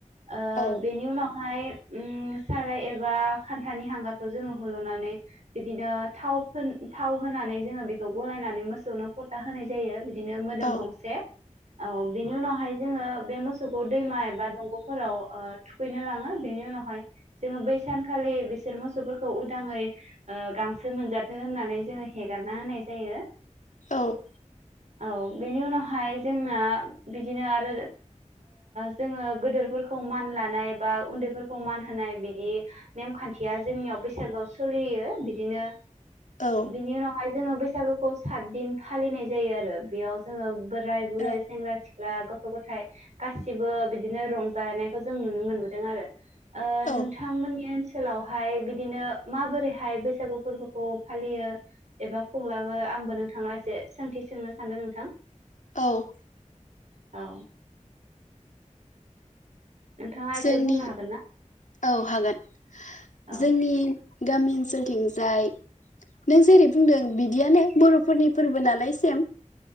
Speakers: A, on the right (about 60°); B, on the left (about 70°).
A: ओ
B: औ
A: बेनि उनाव हाय उम साराय एबा खान्थानि हांगारखौ जोङो हल'नानै बिदिनो थाव फोन थाव होनानै जोङो बेखौ गलायनानै मोसौनो हो होनाय जायो बि बिदिनो मोदोम
B: औ
A: गंसे औ बिनि उनावहाय जोङो बे मोसौखौ दैमा एबा दंग'फोराव ओ थुखैनो लाङो बेनि उनावहाय जोङो बै सानखालि बिसोर मोसौफोरखौ उदाङै ओ गांसो मोनजाथों होननानै जोङो हेगारना होनाय जायो
B: औ
A: औ बेनि उनावहाय जोंना बिदिनो आरो जोङो गोदोरफोरखौ मान लानाय बा उन्दैफोरखौ मान होनाय बिदि नेमखान्थिया जोंनियाव बैसागोआव सोलियो बिदिनो
B: औ
A: बिनि उनावहाय जोङो बैसागो सात दिन फालिनाय जायो आरो बेयाव जोङो बोराय, बुरै,
B: औ
A: सेंग्रा, सिख्ला, गथ गथ' गथाइ गासिबो बिदिनो रंजानायखौ जों नुनो मोनबोदों आरो ओ
B: औ
A: नोंथांमोननि ओनसोलाव हाय बिदिनो माबोरैहाय बैसागु फोरबोखौ फालियो एबा खुंलाङो आंबो नोंथांनाव एसे सोंथि सोंनो सानदों नोंथां
B: औ
A: औ नोंथाङा
B: जोंनि
A: एसे बुंनो हागोन ना
B: औ हागोन
A: औ
B: जोंनि गामि ओनसोलथिंजाय नों जेरै बुंदों बिदियानो बर'फोरनि फोरबो नालाय सेम